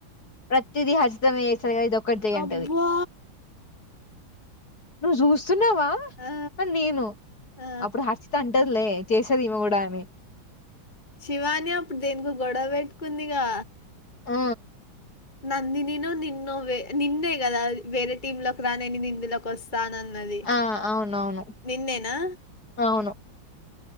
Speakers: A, on the left; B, on the left.
A: ప్రతిదీ హర్షిత చేస్తది ఏదో ఒకటి చే
B: అబ్బా
A: అంటది నువ్వు చూస్తున్నావా
B: ఆ
A: అ నేను
B: ఆ
A: అప్పుడు హర్షిత అంటదిలే చేస్తది ఇమె కూడా ఆమె
B: శివాని అప్పుడు దేనికో గొడవ పెట్టుకుందిగా
A: ఆ
B: నందినిేను నిన్ను నిన్నే కదా వేరే టీమ్ లోకి రానే నేను ఇందులోకి వస్త రానుఅన్నది
A: ఆ అవునవును
B: నిన్నే నా
A: అవును